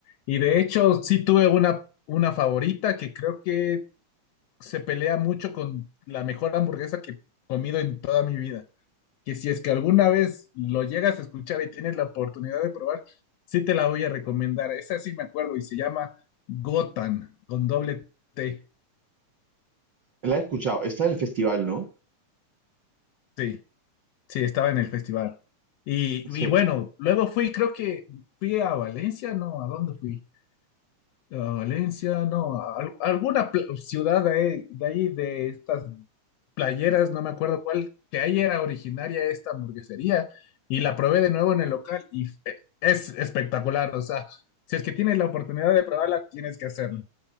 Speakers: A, on the left; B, on the right.
A: Y de hecho sí tuve una, una favorita que creo que se pelea mucho con la mejor hamburguesa que he comido en toda mi vida. Que si es que alguna vez lo llegas a escuchar y tienes la oportunidad de probar, sí te la voy a recomendar. Esa sí me acuerdo y se llama Gotan con doble T.
B: La he escuchado, está en el festival, ¿no?
A: Sí. Sí, estaba en el festival. Y,
B: Sí.
A: y bueno, luego fui, creo que fui a Valencia, ¿no? ¿A dónde fui? A Valencia, no, a al- alguna pla- ciudad de, ahí, de ahí, de estas playeras, no me acuerdo cuál, que ahí era originaria esta hamburguesería y la probé de nuevo en el local y fe- es espectacular, o sea, si es que tienes la oportunidad de probarla, tienes que hacerlo.